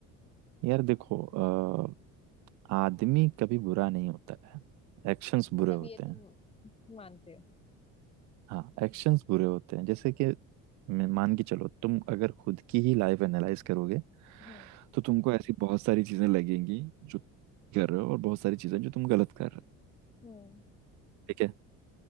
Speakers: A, on the right; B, on the left.
A: यार देखो अ, आदमी कभी बुरा नहीं होता है एक्शंस बुरे
B: मतलब
A: होते
B: ये
A: हैं
B: तुम मानते हो
A: हाँ एक्शंस बुरे होते हैं जैसे कि मैं- मान के चलो तुम अगर खुद की ही लाइफ एनालाइज करोगे
B: हम्म
A: तो तुमको ऐसी बहुत सारी चीजें लगेंगी जो कर रहे हो और बहुत सारी चीजें जो तुम गलत कर रहे हो
B: हम्म
A: ठीक है